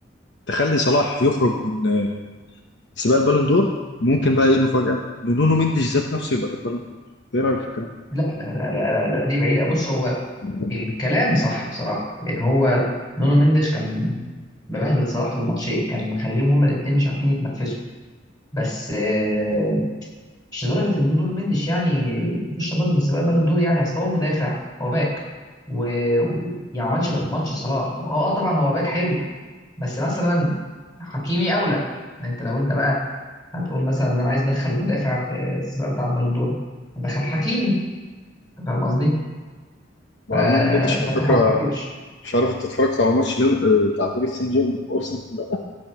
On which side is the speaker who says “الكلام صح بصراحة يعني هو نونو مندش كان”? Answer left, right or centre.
Left